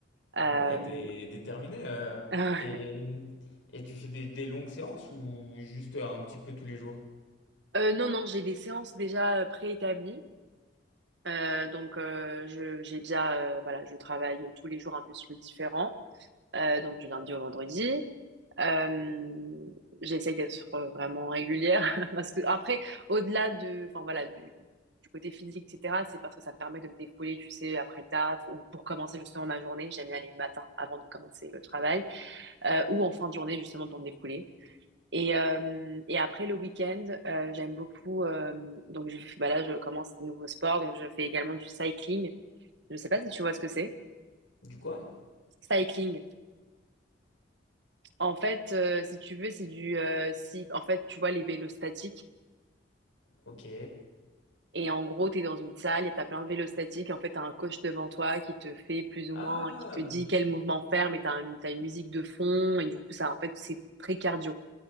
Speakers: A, on the right (about 65°); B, on the left (about 90°).
A: Euh,
B: Ah ouais, t'es déterminé euh,
A: <laughs> euh,
B: et, et tu fais des, des longues séances ou juste euh, un petit peu tous les jours?
A: non, non, j'ai des séances déjà euh, préétablies. Euh, donc, euh, je, j'ai déjà, euh, voilà, je travaille tous les jours un muscle différent, euh, donc du lundi au vendredi. Euh, j'essaye d'être vraiment régulière <laughs> parce que après, au-delà de, enfin voilà, du, du côté physique, etc., c'est parce que ça me permet de me défouler, tu sais, après le taf ou pour commencer justement ma journée. J'aime bien aller le matin avant de commencer le travail euh, ou en fin de journée justement pour me défouler. Et, euh, et après le week-end, euh, j'aime beaucoup. euh, donc je, bah là, je commence des nouveaux sports. Donc je fais également du cycling. Je sais pas si tu vois ce que c'est.
B: Du quoi?
A: Cycling. En fait, euh, si tu veux, c'est du euh, si en fait tu vois les vélos statiques.
B: Ok.
A: Et en gros, tu es dans une salle et tu as plein de vélostatiques. En fait, tu as un coach devant toi qui te fait plus
B: Ah,
A: ou moins, qui te
B: euh,
A: dit quel mouvement faire, mais tu as, une t'as une musique de fond. Et du coup, ça, en fait, c'est très cardio.